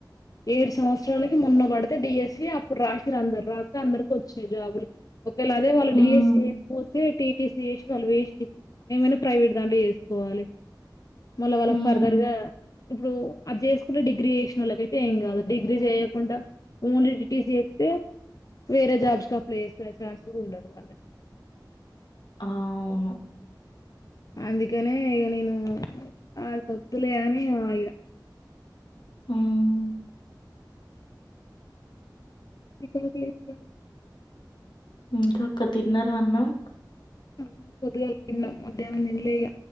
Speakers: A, on the left; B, on the left.
A: ఏడు సంవత్సరాలకి మొన్న బడితే డిఎస్సీ అప్పుడు రాసిరు అందరు రాస్తే అందరికి వచ్చినాయి జాబులు ఒకవేళ అదే వాళ్ళు
B: హ్మ్.
A: డిఎస్సీ పోతే టీటీసీ చేస్ వాళ్ళు వేస్ట్ ఏమైనా ప్రైవేట్ దాంట్లో చేసుకోవాలి మళ్ళ వాళ్ళ
B: హ్మ్.
A: ఫర్దర్ గా ఇప్పుడు అది జేసుకుంటా డిగ్రీ జేసినోళ్ళకి ఏం గాదు డిగ్రీ చేయకుండా ఓన్లీ టీటీసి జేత్తే వేరే జాబ్స్ అప్లై చేసుకునే ఛాన్స్ గూడా ఉండదు వన్నే
B: ఆ అవును
A: అందుకనే ఇగ నేను ఆ వద్దు లే అని ఆగినా
B: ఉమ్
A: కాకిలేతే
B: ఇంకా అక్క తిన్నరా అన్నం
A: ఆ పోద్దుగాల దిన్నం మధ్యాహ్నం దినలే ఇగ